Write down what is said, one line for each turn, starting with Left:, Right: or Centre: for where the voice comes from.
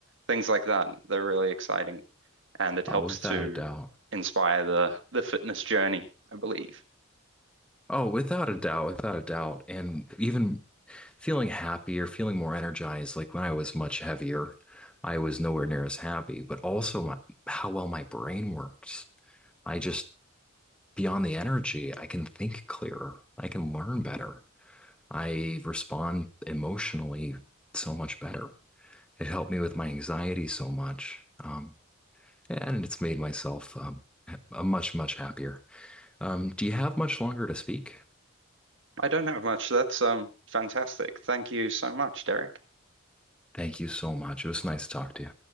Right: things like that. They're really exciting, and it helps
Centre: Oh, without
Right: to
Centre: a doubt.
Right: inspire the the fitness journey, I believe.
Centre: Oh, without a doubt, without a doubt. And even feeling happier, feeling more energized. Like when I was much heavier, I was nowhere near as happy, but also my, how well my brain works. I just beyond the energy, I can think clearer. I can learn better. I respond emotionally so much better. It helped me with my anxiety so much. Um, and it's made myself um, a much, much happier. Um, do you have much longer to speak?
Right: I don't have much. That's um fantastic. Thank you so much, Derek.
Centre: Thank you so much. It was nice to talk to you.